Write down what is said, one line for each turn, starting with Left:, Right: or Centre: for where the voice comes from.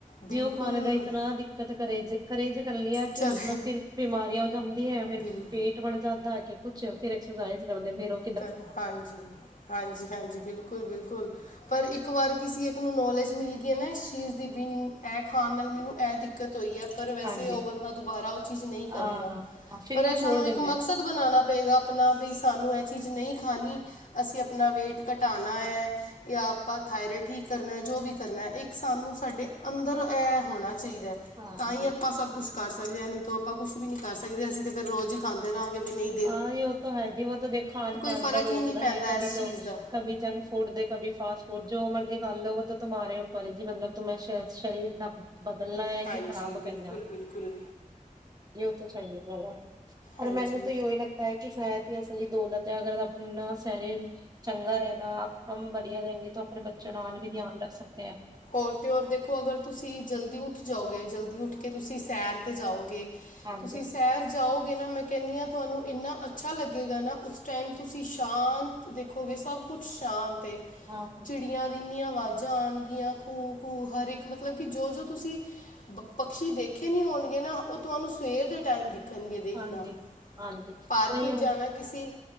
Left: ਬਿਲਕੁਲ
Right: ਜੇ ਉਹ ਖਾਣੇ ਦਾ ਇਤਨਾ ਦਿ ਕਤ ਕਰੇ ਜੇ, ਕਰੇ ਜੇ ਕਰ ਲੀ ਆ
Left: ਚਲ
Right: ਕਿ ਮਤਲਬ ਫੇਰ ਬਿਮਾਰੀ ਆ ਜਾਂਦੀ ਐ। ਫਿਰ
Left: ਬਿਲ
Right: ਪੇਟ ਬੜ ਜਾਦਾ ਏ ਕੇ ਕੁੱਛ ਫਿਰ ਐਕਸਰ ਸਾਈਜ਼ ਕਰਦੇ ਫਿਰੋ
Left: ਕਰੋ ਹਾਂਜੀ। ਹਾਂਜੀ-ਹਾਂਜੀ, ਬਿਲਕੁਲ-ਬਿਲਕੁਲ। ਪਰ ਇਕ ਵਾਰ ਕਿਸੀ ਇਕ ਨੂੰ ਨੋਲੇਜ ਮਿਲਗੀ ਏ ਨਾ, ਇਸ ਚੀਜ਼ ਦੀ। ਬੀ ਐ ਖਾਣ ਨਾਲ, ਮੈਨੂੰ ਐ ਦਿੱਕਤ ਹੋਈ ਐ। ਪਰ ਵੈਸੇ
Right: ਹਾਂਜੀ
Left: ਉਹ ਬੰਦਾ ਦੁਬਾਰਾ ਉਹ ਚੀਜ਼ ਨਹੀ ਕਰੇਗਾ।
Right: ਹਾਂ ਫਿਰ
Left: ਪਰ
Right: ਉਹ
Left: ਐ
Right: ਛੋੜ
Left: ਸਾਨੂੰ
Right: ਦਿੰਦੇ
Left: ਇਕ ਮਕਸਦ ਖੁਦ ਬਨਾਨਾ ਪਏਗਾ ਆਪਣਾ ਵੀ ਸਾਨੂੰ ਚੀਜ਼ ਨਹੀ ਖਾਨੀ। ਅਸੀ ਆਪਣਾ ਵੇਟ ਘਟਾਨਾ ਏ। ਯਾਂ ਆਪਾਂ ਥਾਇਰਡ ਠੀਕ ਕਰਨਾ। ਜੋ ਵੀ ਕਰਨਾ, ਇਕ ਸਾਨੂੰ ਸਾਡੇ ਅੰਦਰ ਐ ਹੋਣਾ ਚਾਹੀਦਾ
Right: ਹਾਂ
Left: ਤਾਂ ਈ
Right: ਜੀ
Left: ਆਪਾ ਸਭ ਕੁੱਛ ਕਰ ਸਕਦੇ ਆ। ਨੀ ਤੇ ਆਪਾ ਕੁਛ ਵੀ ਨੀ ਕਰ ਸਕਦੇ। ਅਸੀ ਤੇ ਫਿਰ ਰੋਜ਼ ਈ ਖਾਂਦੇ ਰਾਂਅਗੇ ਵੀ ਨਹੀ
Right: ਆ ਈ ਉਹ ਤਾਂ ਹੈ ਜੀ। ਉਹ ਤਾਂ ਦੇਖ ਖਾਣ-ਪਾਣ
Left: ਫਰਕ
Right: ਤਾਂ ਰੋਜ਼
Left: ਹੀ ਨਹੀਂ ਪੈਂਦਾ
Right: ਦਾ ਹੈ। ਕਬੀ
Left: ਇਸ
Right: ਤੋਂ
Left: ਚੀਜ਼ ਦਾ
Right: ਕਬੀ ਜੰਕ- ਹੁਣ ਦੇ ਕਭੀ ਫਾਸਟ-ਫੂਡ ਜੋ ਮਰਜ਼ੀ ਖਾਲੋ। ਵੋ ਤੋ ਤੁਮਾਰ੍ਹੇ ਉਪਰ ਐ ਜੀ। ਮਤਲਬ ਤੁਮੇ ਸ ਸਰੀਰ ਦਾ ਬਦਲਣਾ ਐ
Left: ਹਾਂਜੀ
Right: ਕਿ ਖ਼ਰਾਬ ਕਰਨਾ।
Left: ਬਿਲਕੁਲ ਬਿਲਕੁਲ
Right: ਇਹ ਤੇ ਚੰਗੀ ਗੱਲ ਐ। ਪਰ
Left: ਹਾਂਜੀ
Right: ਮੈਨੂੰ ਲਗਤਾ ਐ ਕਿ ਸ਼ਾਇਤ ਯੇ ਅਸਲੀ ਦੌਲਤ ਐ। ਅਗਰ ਆਪਣਾ ਸਰੀਰ ਚੰਗਾ ਰਹੇਗਾ। ਆਪ-ਹਮ ਬੜੀਆ ਰਹੇਂਗੇ ਤੋ ਆਪਣੇ ਬੱਚਿਆਂ ਨਾਲ ਵੀ ਧਿਆਨ ਰੱਖ ਸਕਤੇ।
Left: ਹੋਰ ਤੇ ਹੋਰ, ਦੇਖੋ ਅਗਰ ਤੁਸੀ ਜ਼ਲਦੀ ਉਠ ਜਾਓਗੇ। ਜ਼ਲਦੀ ਉਠ ਕੇ ਤੁਸੀ ਸੈਰ 'ਤੇ ਜਾਓਗੇ
Right: ਹਾਂਜੀ
Left: ਤੁਸੀ ਸੈਰ ਜਾਓਗੇ ਨਾ ਮੈ ਕਹਿੰਨੀ ਆ, ਤੁਹਾਨੂੰ ਇਨਾ ਅੱਛਾ ਲਗੇਗਾ ਨਾ। ਉਸ ਟਾਈਮ ਤੁਸੀ ਸ਼ਾਂਤ ਦੇਖੋਗੇ ਸਭ ਕੁਛ ਸ਼ਾਂਤ ਏ।
Right: ਹਾਂ।
Left: ਚਿੜੀਆਂ ਦੀ ਇੰਨੀਆਂ ਆਵਾਜ਼ਾਂ ਆਣਗੀਆਂ। ਘੂ-ਘੂ ਹਰ ਇੱਕ ਮਤਲਬ ਕਿ, ਜੋ-ਜੋ ਤੁਸੀ ਬ ਪਕਸ਼ੀ ਦੇਖੇ ਨ੍ਹੀਂ ਹੋਣਗੇ ਨਾ, ਉਹ ਤੁਹਾਨੂੰ ਸਵੇਰ ਦੇ ਟਾਈਮ ਦਿ ਖਣਗੇ ਦੇਖਣਾ,
Right: ਹਾਂਜੀ ਹਾਂਜੀ
Left: ਪਾਰਕ
Right: ਨਹੀਂ
Left: ਇੱਚ ਜਾਣਾ ਕਿਸੀ